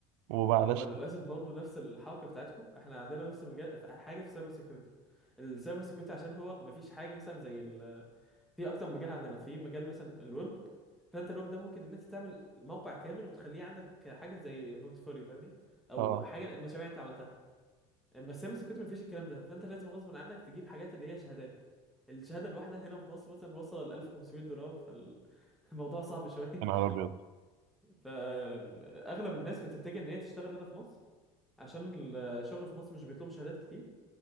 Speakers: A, on the right; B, in the centre.
A: ومعلش
B: هو للاسف برضه نفس الحركه بتاعتكم احنا عندنا نفس المجال في حاجه في سايبر سيكيورتي السايبر سيكيورتي عشان هو ما فيش حاجه مثلا زي ال... في اكتر مجال عندنا في مجال مثلا الويب فانت الويب ده ممكن ان انت تعمل موقع كامل وتخليه عندك حاجه زي بورتفوليو فاهمني او
A: اه
B: حاجه المشاريع اللي انت عملتها اما السايبر سيكيورتي ما فيش الكلام ده فانت لازم غصب عنك تجيب حاجات اللي هي شهادات الشهاده الواحده هنا في مصر مثلا وصل ل 1500 دولار فالموضوع <laughs> صعب شويه
A: يا نهار ابيض
B: فاغلب الناس بتتجه ان هي تشتغل هنا في مصر عشان الشغل في مصر مش بيطلب شهادات كتير